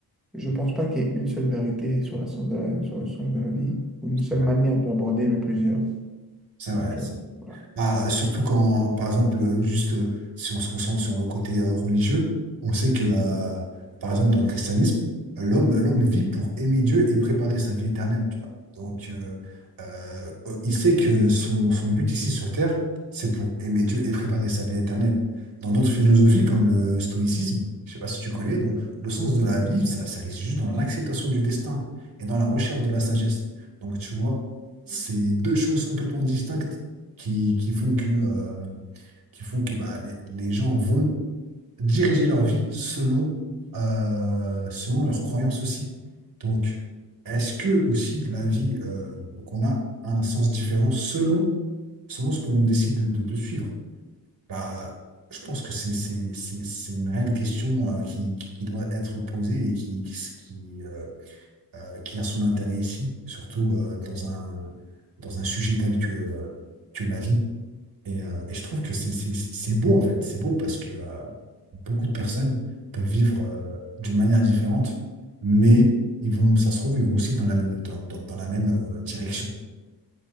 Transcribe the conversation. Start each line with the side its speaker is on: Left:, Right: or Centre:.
Centre: je pense pas qu'il y ait une seule vérité sur la sens de la, sur le sens de la vie, Mhm. ou une
Right: c'est
Centre: seule
Right: vrai,
Centre: manière de l'aborder, mais plusieurs.
Right: c'est
Centre: Donc,
Right: vrai.
Centre: euh, voilà.
Right: Ah, surtout quand, par exemple, juste euh, si on se concentre sur le côté euh, religieux, on sait que, euh, par exemple, dans le christianisme, l'homme, l'homme vit pour aimer Dieu et préparer sa vie éternelle, tu vois. Donc, euh, euh, il sait que son, son but ici sur Terre, c'est pour aimer Dieu et préparer sa vie éternelle. Dans d'autres philosophies, comme le stoïcisme, je sais pas si tu connais, donc le sens de la vie, ça, ça réside juste dans l'acceptation du destin et dans la recherche de la sagesse. Donc, tu vois, c'est deux choses complètement distinctes qui, qui font que, euh, qui font que bah, les, les gens vont diriger leur vie selon, euh, selon leurs croyances aussi. Donc, est-ce que aussi la vie euh, qu'on a a un sens différent selon, selon ce qu'on décide de, de- de suivre? Bah, je pense que c'est c'est- c'est- c'est une réelle question euh, qui, qui- qui doit être posée et qui, qui, qui, euh, euh, qui a son intérêt ici, surtout euh, dans un, dans un sujet tel que, euh, que la vie. Et, euh, et je trouve que c'est c'est- c'est beau, en fait. C'est beau parce que euh, beaucoup de personnes peuvent vivre euh, d'une manière différente, mais ils vont, ça se trouve, ils vont aussi dans la, même- dans, dans- dans la même euh, direction.